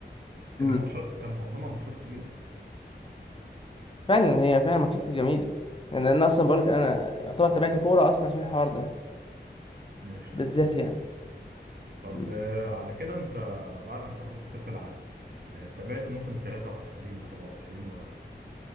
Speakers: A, on the right; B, on the left.
A: بس كان
B: امم
A: ماتشات كان معظمها ماتشات تقيلة
B: فعلا هي فعلا ماتشات كانت جميله يعني انا اصلا بقولك انا يعتبر تابعت كوره اصلا عشان الحوار ده
A: ماشي تمام
B: بالذات يعني
A: طب
B: مم.
A: آه، على كده انت بعد ما خلصت كأس العالم آه، تابعت موسم 23 24 ولا لا